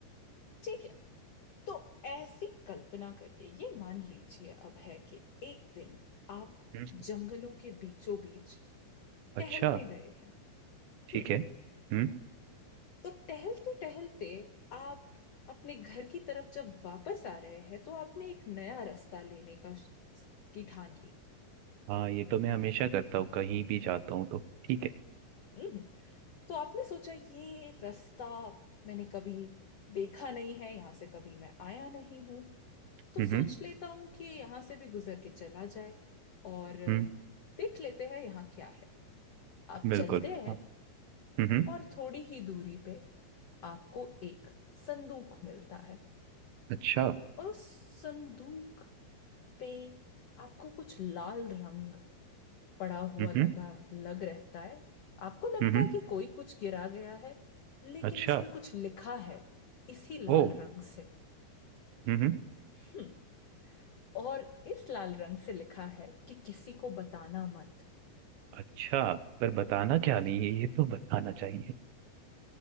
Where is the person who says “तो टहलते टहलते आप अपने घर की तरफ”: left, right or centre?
Left